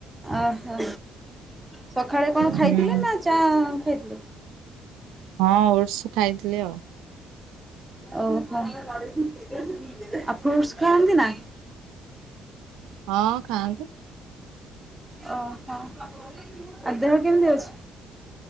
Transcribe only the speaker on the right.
ହୁଁ
ହଁ ଓଟସ୍ ଖାଇଥିଲି ଆଉ
ହଁ ଖାଆନ୍ତି।